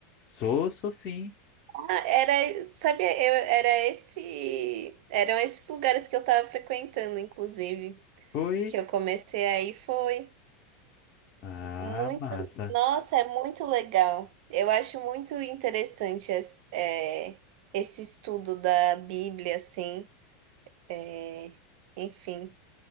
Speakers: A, on the left; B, on the right.
A: Sou, sou sim.
B: Ah, era, sabia, eu, era esse, eram esses lugares que eu estava frequentando, inclusive,
A: Foi?
B: que eu comecei aí foi
A: Ah,
B: muito,
A: massa.
B: nossa, é muito legal. Eu acho muito interessante es- é, esse estudo da Bíblia, assim, é, enfim.